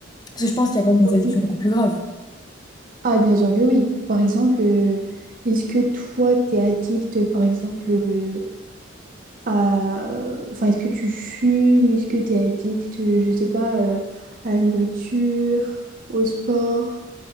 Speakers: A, on the left; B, on the right.
A: Parce que je pense qu'il y a quand même des
B: Oui.
A: addictions beaucoup plus graves.
B: Ah, bien sûr que oui. Par exemple, euh, est-ce que toi, t'es addict, par exemple, euh, à... Enfin, est-ce que tu fumes? Est-ce que t'es addict, euh, je sais pas, euh, à la nourriture, au sport?